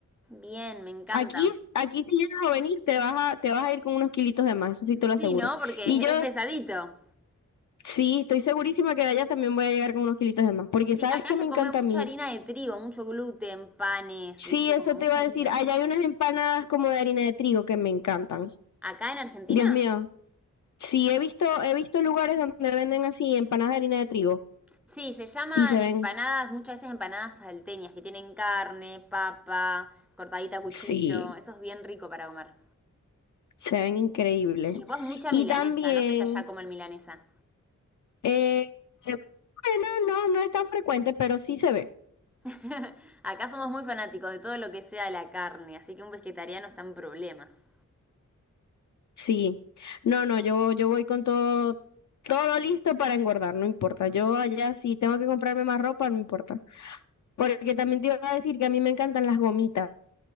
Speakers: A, in the centre; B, on the left.
A: Bien, me encanta.
B: Aquí, aquí si llegas a venir te vas a, te vas a ir con unos kilitos de más, eso sí te
A: Sí,
B: lo aseguro.
A: ¿no? Porque
B: Y
A: es,
B: yo
A: es pesadito.
B: sí, estoy segurísima que de allá también voy a llegar con unos kilitos de más, porque sabes
A: Sí, acá
B: que
A: se
B: me encanta
A: come
B: a
A: mucha
B: mí.
A: harina de trigo, mucho gluten, panes,
B: Sí,
A: ¿viste?
B: eso
A: Como mucha
B: te iba
A: harina.
B: a decir. Allá hay unas empanadas como de harina de trigo que me encantan.
A: ¿Acá en Argentina?
B: Dios mío. Sí, he visto, he visto lugares donde venden así empanadas de harina de trigo
A: Sí, se llaman
B: y se ven.
A: empanadas, muchas veces empanadas salteñas, que tienen carne, papa, cortadita a cuchillo.
B: Sí,
A: Eso es bien rico para comer.
B: Se ven increíbles.
A: Y después mucha
B: Y
A: milanesa,
B: también,
A: no sé si allá comen milanesa.
B: eh, eh, bueno, no, no es tan frecuente, pero sí se ve.
A: <laughs> Acá somos muy fanáticos de todo lo que sea la carne, así que un vegetariano está en problemas.
B: Sí. No, no, yo, yo voy con todo, todo listo para engordar, no importa. Yo allá sí tengo que comprarme más ropa, no importa. Porque también te iba a decir que a mí me encantan las gomitas.